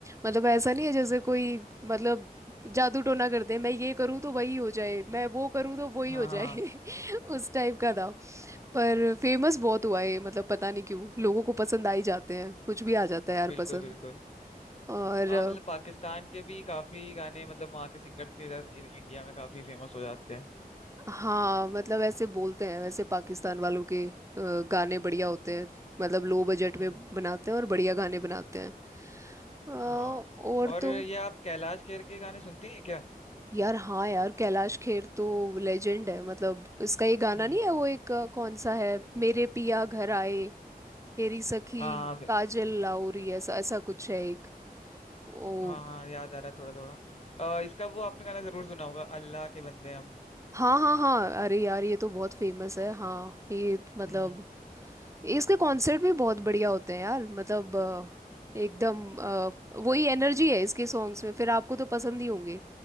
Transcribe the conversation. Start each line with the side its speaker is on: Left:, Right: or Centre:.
Right: मतलब ऐसा नहीं है जैसे कोई मतलब जादू टोना करते हैं मैं ये करूँ तो वही हो जाए मैं वो करूँ तो वही
Left: हाँ
Right: हो
Left: हाँ
Right: जाए
Left: हाँ
Right: <laughs> उस टाइप का था पर फेमस बहुत हुआ है मतलब पता नहीं क्यों लोगों को पसंद आ ही जाते हैं कुछ भी आ जाता है यार
Left: बिल्कुल
Right: पसंद
Left: बिल्कुल
Right: और
Left: हाँ
Right: अ,
Left: मतलब पाकिस्तान के भी काफी गाने मतलब वहाँ के सिंगर्स के इधर इ- इंडिया में काफी फेमस हो जाते हैं
Right: हाँ मतलब ऐसे बोलते हैं वैसे पाकिस्तान वालों के अ, गाने बढ़िया होते हैं मतलब लो बजट
Left: हम्म
Right: में बनाते हैं और बढ़िया गाने बनाते हैं अ,
Left: हाँ
Right: और तो
Left: और ये आप कैलाश खेर के गाने सुनती हैं क्या
Right: यार हाँ यार कैलाश खेर तो लेजेंड है मतलब इसका ये गाना
Left: हम्म
Right: नहीं है वो एक अ, कौन सा है मेरे पिया घर आए हेरी सखी
Left: हाँ हाँ मे-
Right: काजल लाउरी ऐसा ऐसा कुछ है एक ओ
Left: हाँ हाँ याद आ रहा है थोड़ा थोड़ा अ, इसका वो आपने गाना जरूर सुना होगा अल्लाह के बंदे हम
Right: हाँ हाँ हाँ अरे यार ये तो बहुत फेमस है हाँ ये मतलब
Left: हम्म
Right: इसके कॉन्सर्ट भी बहुत बढ़िया होते हैं यार मतलब अ, एकदम अ, वही एनर्जी है इसके सॉन्ग्स में फिर आपको तो पसंद ही होंगे